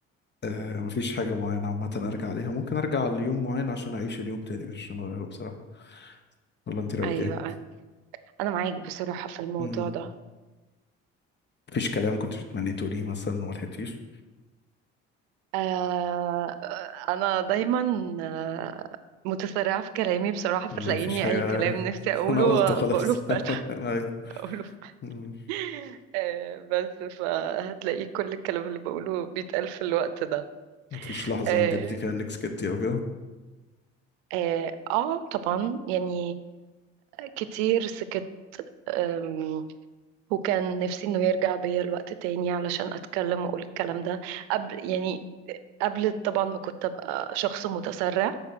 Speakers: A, on the left; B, on the right.
A: آه، مفيش حاجه معينه عامه ارجع عليها ممكن ارجع ليوم معين عشان اعيش اليوم تاني مش عشان اغيره بصراحه ولا انت رايك
B: ايوه
A: ايه
B: انا معاك بصراحة في الموضوع
A: مم.
B: ده
A: مفيش كلام كنت بتمني تقوليه مثلا وما لحقتيش
B: آه انا دايما آه، متسرعة في كلامي بصراحة فتلاقيني
A: مفيش حاجه
B: اي كلام
A: <laughs>
B: نفسي اقوله
A: انا قلته
B: آه،
A: خلاص
B: بقوله فجأة
A: <laughs> أيوة.
B: بقوله ف...
A: مم.
B: <laughs> آه، بس فهتلاقيه كل الكلام اللي بقوله بيتقال في الوقت ده
A: مفيش لحظه
B: اه,
A: ندمتي فيها انك سكتي او كده
B: آه, آه طبعا يعني كتير سكت أم، وكان نفسي انه يرجع بيا الوقت تاني علشان اتكلم واقول الكلام ده قبل يعني قبل طبعا ما كنت ابقى شخص متسرع